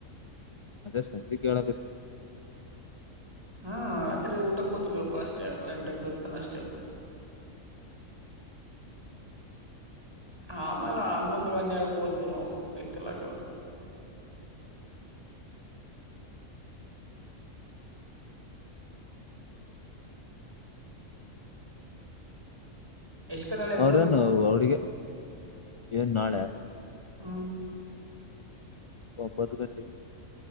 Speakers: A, on the left; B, on the right.
A: ಅದೇ ಸಂಜ ಕಳ
B: ಹ್ಮ್ ರಾತ್ರಿ ಊಟಕ್ಕೆ ಕೂತಿದ್ವಪ್ಪಾ ಅಷ್ಟೇ ಎಂಟು ಎಂಟೂರು ತನ ಅಷ್ಟೇ ಆಮೇಲೆ ಅನ್ನೊಂದು ಕನ್ಯಕ್ಕೆ ಓದಿದ್ದ್ ನಾವು ಇತಿಲಾಕದ ಎಷ್ಟ್ ಕನ್ನಡ ಎಕ್ಸಾಮ್
A: ಅವ್ರೇನು ಅವಿಗೆ ಏನ್ ನಾಳೆ
B: ಹ್ಮ
A: ಒಂಬತ್ತು ಗಂಟೆ